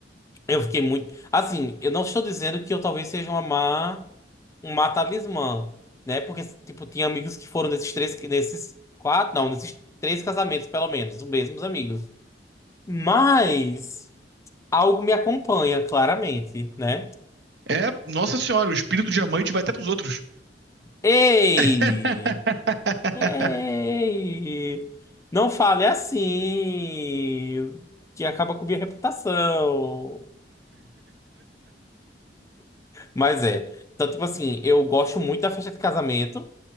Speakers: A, on the left; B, on the right.
A: eu fiquei muito. Assim, eu não estou dizendo que eu talvez seja uma má. uma talismã, né? Porque, tipo, tinha amigos que foram nesses três, nesses quatro, não, nesses três casamentos, pelo menos, os mesmos amigos. Mas algo me acompanha, claramente, né?
B: É, nossa senhora, o espírito de amante vai até pros outros.
A: Ei!
B: <laughs>
A: Ei! Não fale assim, que acaba com minha reputação. Mas é. Então, tipo assim, eu gosto muito da festa de casamento.